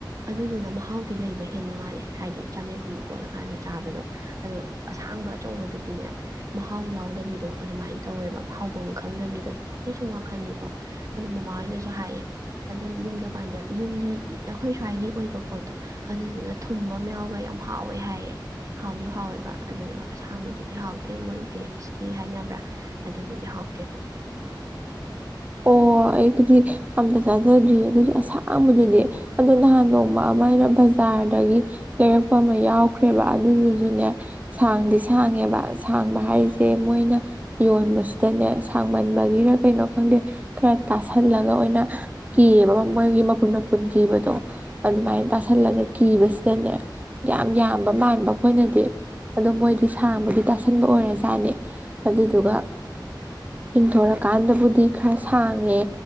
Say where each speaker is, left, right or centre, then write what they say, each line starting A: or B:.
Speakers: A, on the right; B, on the right.
A: ꯑꯗꯨꯗꯨꯅ ꯃꯍꯥꯎꯗꯤ ꯂꯩꯕ ꯍꯦꯟꯕ ꯃꯥꯜꯂꯦ ꯍꯥꯏꯗꯤ ꯆꯥꯃꯦꯦꯛꯀꯨꯝꯕ ꯀꯣꯠꯂꯀꯥꯟꯗ ꯆꯥꯕꯗꯣ ꯑꯗꯣ ꯑꯁꯥꯡꯕ ꯑꯆꯧꯕꯗꯨꯗꯤꯅꯦ ꯃꯍꯥꯎ ꯌꯥꯎꯗꯕꯤꯗꯣ ꯑꯗꯨꯃꯥꯏꯅ ꯇꯧꯋꯦꯕ ꯃꯍꯥꯎꯐꯝ ꯈꯪꯗꯕꯤꯗꯣ ꯑꯩ ꯁꯨꯝ ꯋꯥꯈꯟꯅꯤꯀꯣ ꯑꯗꯨ ꯃꯃꯥ ꯍꯣꯏꯅꯁꯨ ꯍꯥꯏꯑꯦ ꯑꯗꯨꯝ ꯌꯨꯝꯗ ꯄꯥꯟꯖ ꯌꯨꯝꯒꯤ ꯑꯩꯈꯣꯏ ꯁ꯭ꯋꯥꯏꯒꯤ ꯑꯣꯏꯕ ꯄꯣꯠꯇꯣ ꯑꯗꯨꯗꯨꯅ ꯊꯨꯝꯕ ꯌꯥꯎꯒ ꯌꯥꯝ ꯍꯥꯎꯋꯦ ꯍꯥꯏꯌꯦꯦ ꯍꯥꯎꯁꯨ ꯍꯥꯎꯋꯦꯕ ꯑꯗꯨꯗꯣ ꯑꯁꯥꯡꯕꯗꯨꯗꯤ ꯍꯥꯎꯇꯦ ꯃꯣꯏ ꯗꯦꯁꯀꯤ ꯍꯥꯏꯅꯕ꯭ꯔꯥ ꯑꯗꯨꯗꯨꯗꯤ ꯍꯥꯎꯇꯦꯕ
B: ꯑꯣ ꯑꯩꯕꯨꯗꯤ ꯑꯝꯇ ꯆꯥꯖꯗ꯭ꯔꯤꯌꯦ ꯑꯗꯨꯒꯤ ꯑꯁꯥꯡꯕꯗꯨꯗꯤ ꯑꯗꯣ ꯅꯍꯥꯟ ꯅꯣꯡꯃ ꯑꯃ ꯑꯩꯅ ꯕꯖꯥꯔꯗꯒꯤ ꯂꯩꯔꯛꯄ ꯑꯃ ꯌꯥꯎꯈ꯭ꯔꯦꯕ ꯑꯗꯨꯗꯨꯁꯨꯅꯦ ꯁꯥꯡꯗꯤ ꯁꯥꯡꯉꯦꯕ ꯑ ꯁꯥꯡꯕ ꯍꯥꯏꯁꯦ ꯃꯣꯏꯅ ꯌꯣꯟꯕꯁꯤꯗꯅꯦ ꯃꯟꯕꯒꯤꯔ ꯀꯩꯅꯣ ꯈꯪꯗꯦ ꯈꯔ ꯇꯥꯁꯜꯂꯒ ꯑꯣꯏꯅ ꯀꯤꯌꯦꯕ ꯃꯣꯏꯒꯤ ꯃꯄꯨꯟ ꯃꯄꯨꯟ ꯀꯤꯕꯗꯣ ꯑꯗꯨꯃꯥꯏꯅ ꯇꯥꯁꯜꯂꯒ ꯀꯤꯕꯁꯤꯗꯅꯦ ꯌꯥꯝ ꯌꯥꯝꯕ ꯃꯥꯟꯕ ꯑꯩꯈꯣꯏꯅꯗꯤ ꯑꯣ ꯃꯣꯏꯗꯤ ꯁꯥꯡꯕꯗꯤ ꯇꯥꯁꯟꯕ ꯑꯣꯏꯔꯖꯥꯠꯅꯤ ꯑꯗꯨꯗꯨꯒ ꯌꯦꯤꯡꯊꯣꯔꯀꯥꯟꯗꯕꯨꯗꯤ ꯈꯔ ꯁꯥꯡꯉꯦ